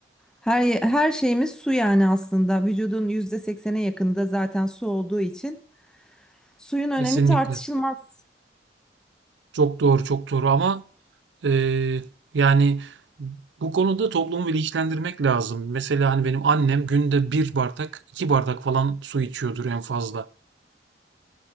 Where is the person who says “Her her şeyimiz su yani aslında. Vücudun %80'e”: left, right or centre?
Centre